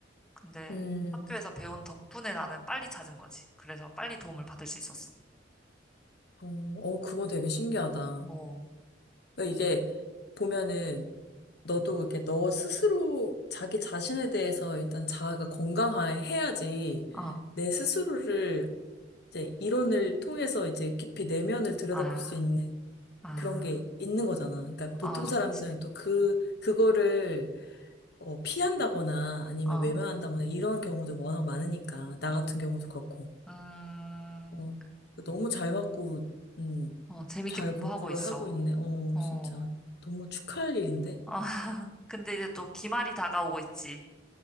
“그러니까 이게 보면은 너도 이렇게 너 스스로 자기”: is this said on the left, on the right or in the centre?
Left